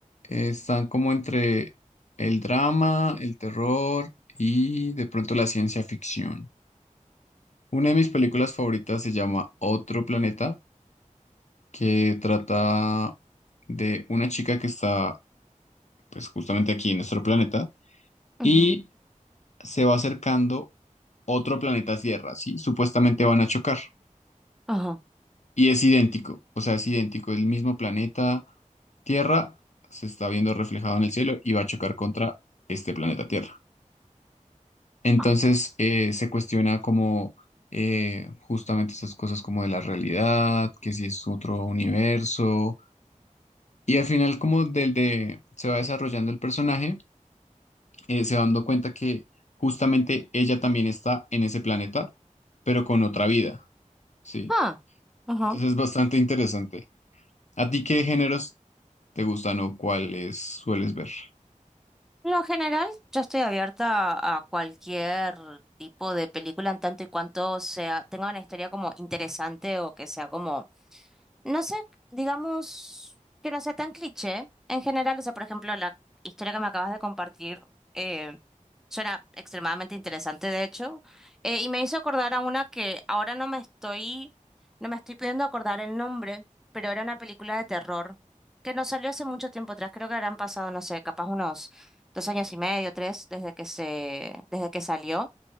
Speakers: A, on the left; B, in the centre.
A: eh, están como entre el drama, el terror y de pronto la ciencia ficción. Una de mis películas favoritas se llama Otro Planeta, que trata de una chica que está pues justamente aquí en nuestro planeta
B: Ujú.
A: y se va acercando otro planeta Tierra, ¿sí? Supuestamente van a chocar
B: Ajá.
A: y es idéntico, o sea, es idéntico, es el mismo planeta Tierra se está viendo reflejado en el cielo y va a chocar contra este planeta Tierra. Entonces
B: Ah.
A: eh, se cuestiona como eh, justamente esas cosas como de la realidad, que si es otro universo. Y al final como del de se va desarrollando el personaje, eh, se va dando cuenta que justamente ella también está en ese planeta, pero con otra vida, ¿sí?
B: Ah. Ajá.
A: Entonces es bastante interesante. ¿A ti qué géneros te gustan o cuáles sueles ver?
B: En lo general, yo estoy abierta a cualquier tipo de película en tanto y cuanto sea, tenga una historia como interesante o que sea como no sé, digamos que no sea tan cliché. En general, o sea, por ejemplo, la historia que me acabas de compartir eh, suena extremadamente interesante, de hecho, Eh, y me hizo acordar a una que ahora no me estoy, no me estoy pudiendo acordar el nombre, pero era una película de terror que nos salió hace mucho tiempo atrás. Creo que habrán pasado, no sé, capaz unos dos años y medio, tres, desde que se, desde que salió.